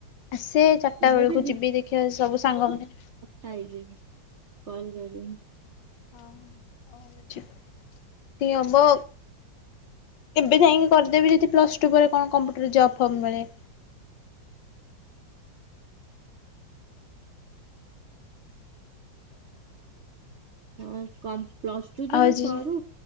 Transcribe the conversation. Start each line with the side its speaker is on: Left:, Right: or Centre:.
Left: ଆସେ ଚାରଟା
Right: ତୁ
Left: ବେଳକୁ
Right: ଯଦି
Left: ଯିବି ଦେଖିବା ସବୁ ସାଙ୍ଗମାନେ
Right: ଖାଇଯିବି କଲ କରିିମ୍
Left: ଓହୋ ହୋଉ <unintelligible> ଯଦି ହେବ ଏବେ ଯାଇଁକି କରିଦେବି ଯଦି ପ୍ଲସ୍ ଟୁ ପରେ କଣ କମ୍ପ୍ୟୁଟର ଜବ ଫବ୍ ମିଳେ।
Right: ହଁ କମ୍ ପ୍ଲସ ଟୁ ତୋର
Left: ଆଉ ଆଜି
Right: ସରୁ।